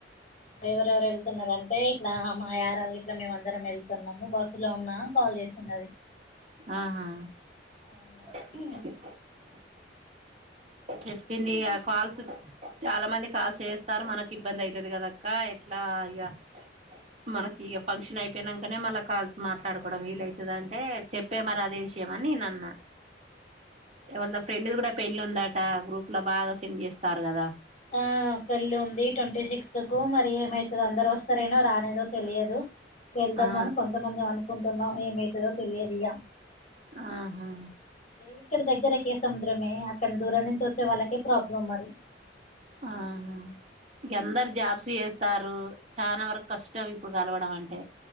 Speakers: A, on the left; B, on the right.
A: ఎవరెవరు వెళ్తున్నారంటే ఇట్లా మా యారాలు ఇట్లా మేము అందరం వెళ్తున్నాము బస్సు లో ఉన్నా కాల్ చేసింది అది
B: ఆహా
A: అవునా అని
B: <unintelligible> చెప్పింది ఇగ కాల్స్ చాలా మంది కాల్స్ చేస్తన్రు ఇగ మనకి ఇబ్బంది అవుతది కదక్క ఎట్లా అక్క మనకి ఇగ ఫంక్షన్ అయిపోయినాకనే మళ్ళా కాల్స్ మాట్లాడుకోవడం వీలవుతుంది అని చెప్ప మరి అదే విషయం చేయమని అన్న ఎవరిదో ఫ్రెండ్ కూడా పెండ్లి ఉంది అట గ్రూప్ లో బాగా సెండ్ చేస్తారు కదా
A: ఆ పెళ్లి ఉంది ట్వంటీ సిక్స్త్ కు మరి ఏమైతదో అందరు వస్తారో రారో తెలియదు వెళ్దాము
B: ఆ
A: అని కొంతమంది అనుకుంటున్నాం ఏమైతదో తెలియదు ఇగా
B: ఆహా
A: ఇక్కడ దగ్గరకే సముద్రమే అక్కడ దూరం నుంచి వచ్చే వాళ్ళకి ప్రాబ్లమ్ మరి
B: ఆహా ఇగ అందరు జాబ్స్ చేస్తారు చనా వరకు కష్టం ఇప్పుడు కలవడం అంటే